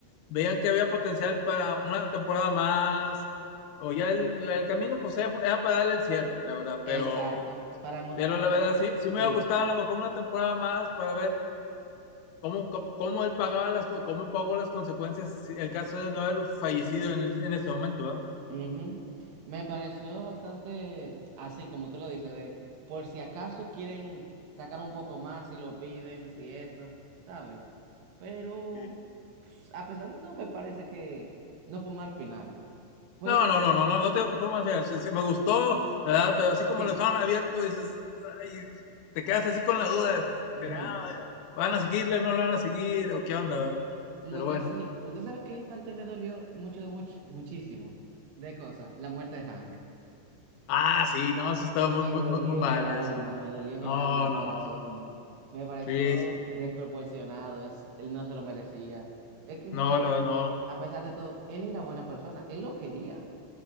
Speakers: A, on the left; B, on the right.
A: veían que había potencial para una temporada más, o ya el, el camino, pues era, era para darle el cierre, la verdad, pero,
B: Exacto, para mostrar
A: pero la
B: cómo
A: verdad sí,
B: Jesse
A: sí
B: se
A: me hubiera
B: libra.
A: gustado a lo mejor una temporada más para ver cómo, co- cómo él pagaba las, co- cómo pagó las consecuencias si- en caso de no haber fallecido en, el- en ese momento, ¿verdad?
B: Ujú. Me pareció bastante así, como tú lo dices, de por si acaso quieren sacar un poco más, si lo piden, si esto, ¿sabes? Pero
A: Sí.
B: pues, a pesar de todo, me parece que no fue mal final. Fue,
A: No, no, no, no, no, no te digo que fue más bien. Sí, sí, me gustó, ¿verdad? Pero así como
B: sí.
A: lo dejaron abierto, dices, ay, te quedas así con la duda, este,
B: ujú.
A: ¿será? ¿Van a seguirle? ¿No lo van a seguir? ¿O qué onda? verdad?
B: Lo
A: Pero
B: que
A: bueno.
B: sí, usted sabe qué parte me dolió mucho, mucho, muchísimo de cosas, la muerte de Hank.
A: Ah, sí, no, sí estaba
B: Me
A: muy, muy,
B: dolió
A: muy, muy mal
B: en el alma,
A: eso.
B: me dolió en
A: No,
B: el alma, en el
A: no,
B: corazón.
A: no.
B: Me pareció
A: Sí,
B: desproporcionado, es- él no se lo merecía. Es que Hank,
A: no, lo- no.
B: a pesar de todo, él era buena persona, él lo quería.